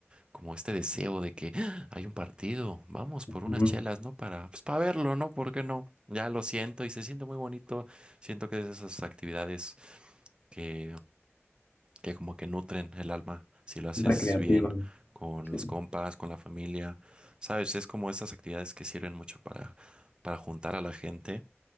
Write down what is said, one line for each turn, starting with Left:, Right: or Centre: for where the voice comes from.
Right: como este deseo de que "Ah, hay un partido, vamos por unas
Left: Ujú,
Right: chelas, ¿no? Para, pues para verlo, ¿no? ¿Por qué no? Ya lo siento y se siente muy bonito. Siento que es de esas actividades que que como que nutren el alma si lo haces
Left: Recreativo.
Right: bien con
Left: sí.
Right: los compas, con la familia, ¿sabes? Es como estas actividades que sirven mucho para, para juntar a la gente.